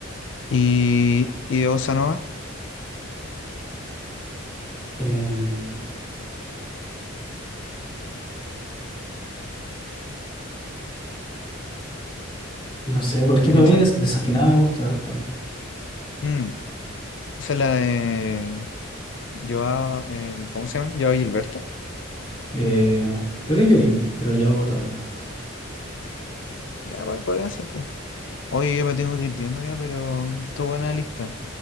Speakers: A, on the left; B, on the left.
A: Y, y de Bossa Nova,
B: Em, no sé, por ejemplo,
A: ¿qué piensas?
B: a mí des- desafinada me gusta harto.
A: Mm, esa es la de. Joao, el, ¿cómo se llama? Joao Gilberto.
B: Eh, creo que es Jovín, pero Yao también lo canta.
A: Ya, po- podría ser, pues. Oye, yo me tengo que ir yendo ya, pero estuvo buena la lista.